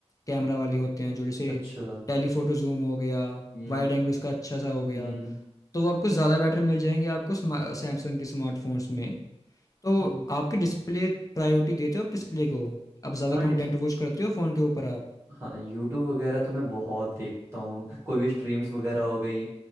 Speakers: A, on the left; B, on the right.
A: कैमरा वाले होते हैं जो जैसे
B: अच्छा
A: टेलीफोटो जूम हो गया
B: हम्म
A: वाइड एंगल उसका अच्छा सा हो गया
B: हम्म
A: तो वो आपको ज़्यादा बेटर मिल जाएंगे आपको सैमसंग के स्मार्टफोन्स में तो
B: हम्म,
A: आपकी डिस्प्ले प्रायोरिटी देते हो आप डिस्प्ले को आप ज़्यादा
B: हाँ
A: कंटेंट वॉच करते हो फ़ोन के ऊपर आप
B: हाँ यूट्यूब वगैरह तो मैं बहुत देखता हूँ कोई भी स्ट्रीम्स वगैरह हो गई